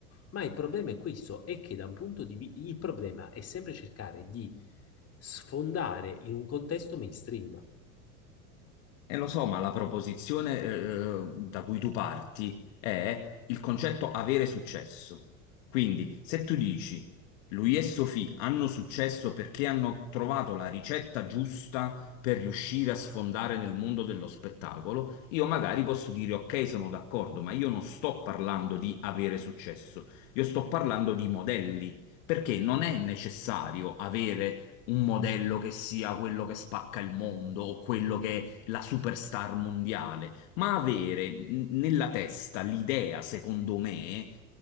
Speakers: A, on the left; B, on the left.
A: ma il problema è questo, è che da un punto di vista, il problema è sempre cercare di sfondare in un contesto mainstream.
B: E lo so, ma la proposizione, eh, eh, da cui tu parti è il concetto avere successo. Quindi, se tu dici lui e Sophie hanno successo perché hanno trovato la ricetta giusta per riuscire a sfondare nel mondo dello spettacolo, io magari posso dire ok, sono d'accordo, ma io non sto parlando di avere successo, io sto parlando di modelli, perché non è necessario avere un modello che sia quello che spacca il mondo o quello che la superstar mondiale, ma avere n- nella testa l'idea, secondo me,